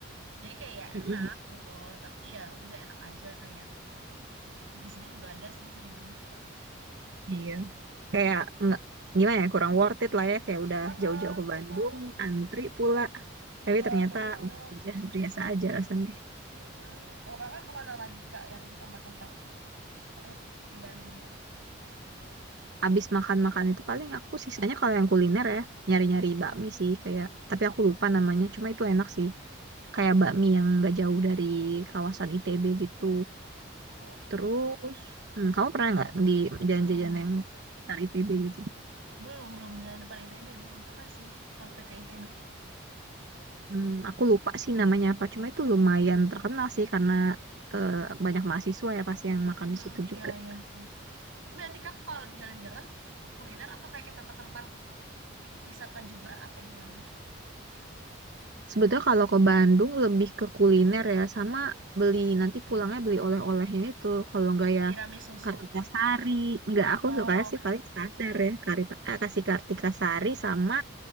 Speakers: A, on the right; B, on the right.
A: Jadi kayak ya
B: Mm-mm.
A: enak gitu. Tapi ya udah enak aja kayak di sini juga ada sih sering nemu.
B: Iya. Kayak nggak gimana ya, kurang worth it lah ya. Kayak udah
A: Heeh,
B: jauh-jauh ke
A: heeh.
B: Bandung, antri pula.
A: Iya,
B: Tapi ternyata
A: bener.
B: biasa aja biasa aja rasanya.
A: Mm-mm. Kalau kakak kemana lagi kak yang tempat-tempat seru di Bandung?
B: Abis makan-makan itu paling aku sisanya kalau yang kuliner ya nyari-nyari bakmi sih kayak tapi aku lupa namanya cuma itu enak sih kayak bakmi yang nggak jauh dari kawasan ITB gitu.
A: Oh,
B: Terus hmm, kamu pernah nggak di
A: belum.
B: jajan-jajan yang dari ITB gitu?
A: Belum, belum. Yang depan ITB. Belum pernah sih sampai ke ITB.
B: Hmm, aku lupa sih namanya apa cuma itu lumayan terkenal sih karena eh, banyak mahasiswa ya pasti yang
A: Mhm,
B: makan di situ
A: iya,
B: juga.
A: iya sih. Tapi nanti kak kalau jalan-jalan kuliner atau kayak ke tempat-tempat wisata juga apa gimana?
B: Sebetulnya kalau ke Bandung lebih ke kuliner ya, sama beli nanti pulangnya beli oleh-olehnya itu. Kalau enggak ya
A: Tiramisu susu.
B: Kartika Sari. Enggak, aku
A: Oh,
B: suka sih paling standar ya Karita, eh, kasih Kartika Sari sama